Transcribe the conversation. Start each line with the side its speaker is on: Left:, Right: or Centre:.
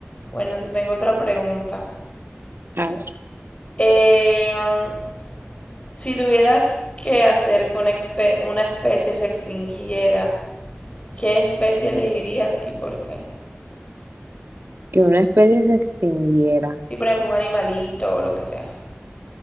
Left: Bueno, te tengo otra pregunta.
Right: A ver,
Left: Eh, si tuvieras que hacer que una, espe- una especie se extinguiera, ¿qué especie elegirías y por qué?
Right: que una especie se extinguiera.
Left: Si, por ejemplo, un animalito o lo que sea.